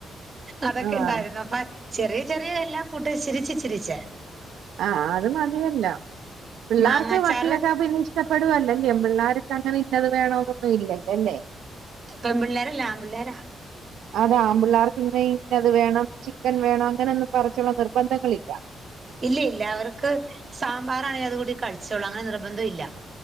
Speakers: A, on the right (about 25°); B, on the right (about 85°).
A: അതൊക്കെ
B: ആഹ്
A: ഇണ്ടായിരുന്നു അപ്പ ചെറിയ ചെറിയ എല്ലാ കൂട്ടവും ഇച്ചിരിച്ചേ ഇച്ചിരിച്ചേ
B: ആ അത് മതിയല്ലോ പിള്ളാർക്ക്
A: മാങ്ങാച്ചാറ്
B: മത്തിയൊക്കാ പിന്നെ ഇഷ്ടപ്പെടവല്ലോ അല്ലേ പിള്ളാർക്ക് അങ്ങനെ ഇന്നത് വേണമെന്നൊന്നും ഇല്ലല്ലോ അല്ലേ
A: പെൺപിള്ളേരല്ല ആൺപിള്ളേരാ
B: അതാ ആൺപിള്ളാർ പിന്നെ പിന്നത് വേണം ചിക്കൻ വേണം അങ്ങനെയൊന്നും പറച്ചുള്ള നിർബന്ധങ്ങളില്ല
A: ഇല്ല ഇല്ലാവർക്ക് സാമ്പാറാണെങ്കിൽ അത് കൂട്ടി കഴിച്ചോളാ അങ്ങനെ നിർബന്ധ ഇല്ല